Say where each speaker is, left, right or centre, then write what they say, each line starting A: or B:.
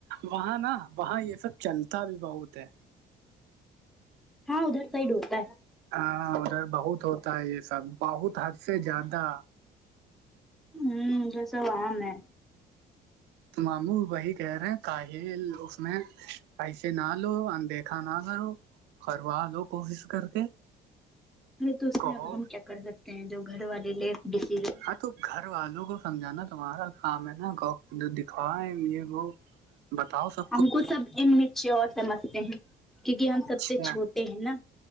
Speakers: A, on the right; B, in the centre.
A: وہاں نا وہاں یہ سب چلتا بھی بہت ہے
B: ہاں ادھر سائڈ ہوتا ہے
A: ہاں ادھر بہت ہوتا ہے یہ سب بہت حد سے زیادہ
B: ہوں یہ سب عام ہے
A: ماموں وہی کہہ رہے ہیں کاہل اس میں پسے نہ لو اندیکھا ا نہ کرو کروا لو کوشش کر کے
B: ارے تو اس میں
A: کہو
B: اب ہم کیا کر سکتے ہیں جو گھر والے لے ڈسیز
A: ہاں تو گھر والوں کو سمجھانا تمہارا کام ہے نا جو دکھوا ہے یہ وہ بتاؤ سر
B: ہم کو سب انمیچیور سمجھتے ہیں کیونکہ ہم سب
A: اچھا
B: سے چھوٹے ہیں نا